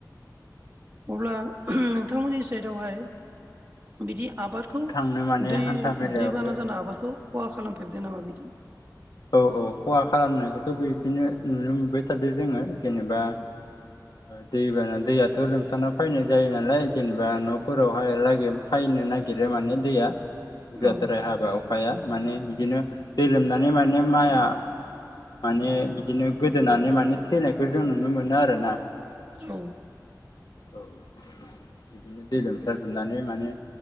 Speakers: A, on the right (about 25°); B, on the left (about 70°).
A: अब्ला नोंथांमोननि साइदआवहाय बिदि आबादखौ
B: थांनो माने
A: दै
B: हान्था मेलायावबो
A: दैबाना जाना आबादखौ खहा खालामफेरदो नामा बिदि
B: औ औ खहा खालामनायखौथ' बिदिनो नुनो मोनबाय थादो जोङो जेनेबा दैबाना दैयाथ' लोमसावना फैनाय जायो नालाय जेनोबा न'फोराव <unintelligible> माने दैया बुरजाद्राय
A: औ
B: हाबा अखाया माने बिदिनो दै लोमनानै माने माने माइआ माने बिदिनो गोदोनानै माने थैनायखौ जों नुनो मोनो आरोना।
A: औ।
B: औ बिदिनो दै लोमसारजोबनानै माने